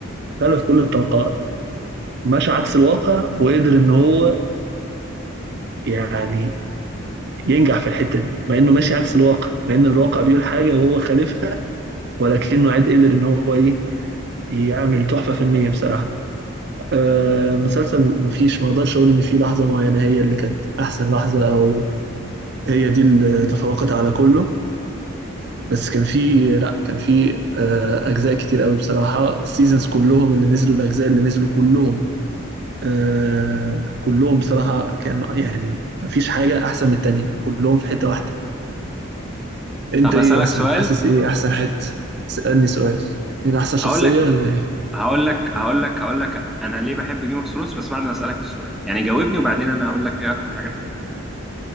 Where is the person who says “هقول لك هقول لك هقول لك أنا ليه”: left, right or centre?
Centre